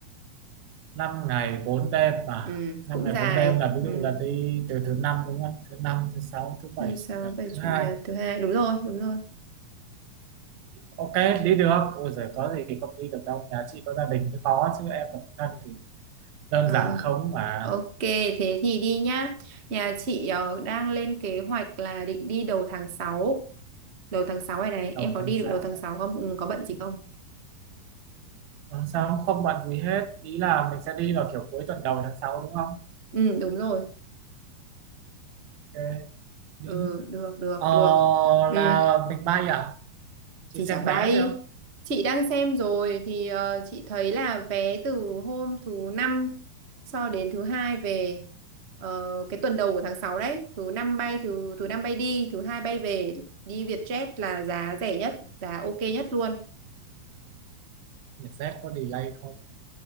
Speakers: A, on the right (about 75°); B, on the right (about 25°).
A: năm ngày 4 đêm mà
B: Ừ,
A: 5
B: cũng
A: ngày
B: dài.
A: 4 đêm là ví
B: Ừ,
A: dụ là đi từ thứ năm đúng không thứ năm thứ sáu thứ bảy
B: năm sáu
A: chủ nhật
B: bảy
A: thứ
B: chủ
A: hai
B: nhật thứ hai. Đúng rồi, đúng rồi.
A: ok đi được ôi giời có gì không đi được đâu nhà chị có gia đình mới khó chứ em độc thân thì đơn
B: Ờ,
A: giản không mà
B: ok, thế thì đi nhá. Nhà chị ờ, đang lên kế hoạch là định đi đầu tháng sáu, Đầu tháng 6 này này,
A: đầu
B: em có
A: tháng
B: đi
A: sáu
B: được đầu tháng 6 không? Ừ, có bận gì không?
A: tháng 6 không bận gì hết ý là mình sẽ đi vào kiểu cuối tuần đầu tháng 6 đúng không
B: Ừ, đúng rồi.
A: ok đi
B: Ừ, được, được,
A: Ờ,
B: được. Ừ.
A: là mình bay à? Chị
B: Chị
A: xem
B: chả bay.
A: vé chưa?
B: Chị đang xem rồi thì ờ, chị thấy là vé từ hôm thứ năm cho đến thứ hai về ờ, cái tuần đầu của tháng 6 đấy, thứ năm bay thứ thứ năm bay đi, thứ hai bay về, đi Vietjet là giá rẻ nhất, giá ok nhất luôn.
A: Vietjet có delay không?